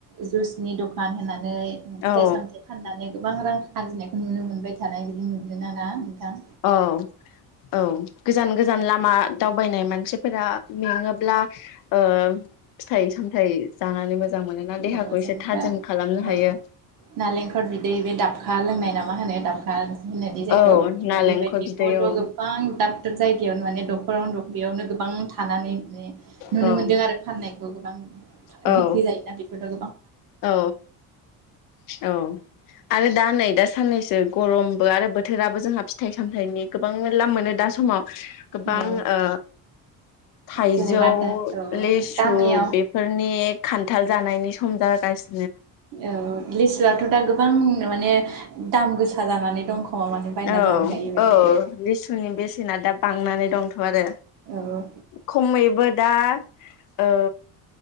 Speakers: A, on the right; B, on the left.
A: जुइसनि दखान होननानै ओ फीथाइ
B: औ
A: सामथाई फाननानै गोबां रां आरजिनायखौ नुनो मोनबाय थानाय बिदि नुदोंोन ना नोंथां
B: औव औ गोजान गोजान लामा दावबायनाय मानसिफोरा मेङोब्ला फिथाइ सामथायाइ जानानै मोजां मोनोना देहाखौ
A: औ
B: एसे
A: जेनेबा
B: थाजिम खालामनो
A: औ
B: हायो
A: नालेंखर बिदै बे दाबखा लोंनाय नामा होनो दाबखा आरो होनदि जायखौ
B: औ नालेंखर
A: बेबायदिखौथ'
B: बिदै औ
A: गोबां दाब दाब जायगायावनो माने दख'रावनो दखरियावनो गोबां थानानै माने नुनो
B: औ
A: मोनदों आरो फाननायखौ गोबां
B: औ
A: ओ बिग्रि जायोना बि बे
B: औ औ आरो दा नै दा साननैसो गरमबो आरो बोथोराबो जोंहा फी फिथाइ सामथाइनि गोबां मेला मोनो दा समाव गोबां
A: औ
B: ओ थाइजौ
A: जेनेबा दा औ
B: लेसु
A: गामियाव
B: बेफोरनि खान्थाल जानायनि सम जा गास
A: औ लिसुआथ' दा गो गोबां माने दाम गोसा जानानै दं खोमा माने बायना
B: औ
A: जानो हायि बायदि
B: औ लिसुनि बेसेना दा बांनानै दंथ' आरो
A: औ
B: खमैबो दा ओ